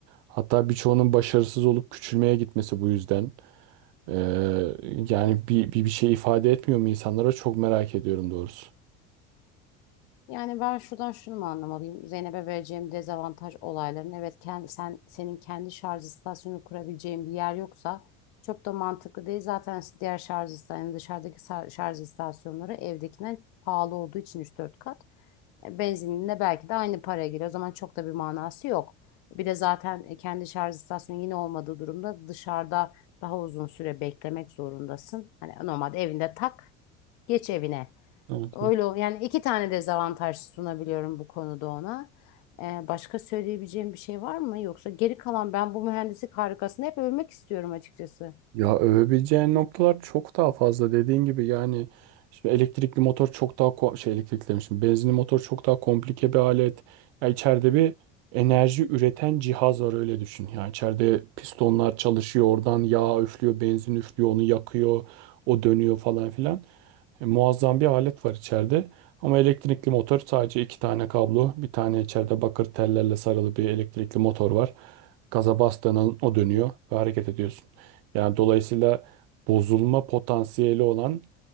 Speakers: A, on the right; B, on the left.
A: hatta birçoğunun başarısız olup küçülmeye gitmesi bu yüzden. Ee, yani bir, bir, bir şey ifade etmiyor mu insanlara çok merak ediyorum doğrusu.
B: Yani ben şuradan şunu mu anlamalıyım? Zeynep'e vereceğim dezavantaj olayların. Evet, kend, sen senin kendi şarj istasyonu kurabileceğin bir yer yoksa çok da mantıklı değil. Zaten diğer şarj istasyonu dışarıdaki sar- şarj istasyonları evdekinden pahalı olduğu için üç dört kat. E, Benzininde belki de aynı paraya geliyor. O zaman çok da bir manası yok. Bir de zaten e, kendi şarj istasyonu yine olmadığı durumda dışarıda daha uzun süre beklemek zorundasın. Hani normalde evinde tak, geç evine.
A: Evet.
B: Öyle o- yani iki tane dezavantaj sunabiliyorum bu konuda ona. Ee, başka söyleyebileceğim bir şey var mı? Yoksa geri kalan ben bu mühendislik harikasını hep övmek istiyorum açıkçası.
A: Ya övebileceğin noktalar çok daha fazla dediğin gibi yani şimdi elektrikli motor çok daha ko- şey elektrikli demişim benzinli motor çok daha komplike bir alet. Ya içeride bir enerji üreten cihaz var öyle düşün. Yani içeride pistonlar çalışıyor oradan yağ üflüyor benzin üflüyor onu yakıyor o dönüyor falan filan. E, muazzam bir alet var içeride. Ama elektrikli motor sadece iki tane kablo bir tane içeride bakır tellerle sarılı bir elektrikli motor var. Gaza bastığının o dönüyor ve hareket ediyorsun. Yani dolayısıyla bozulma potansiyeli olan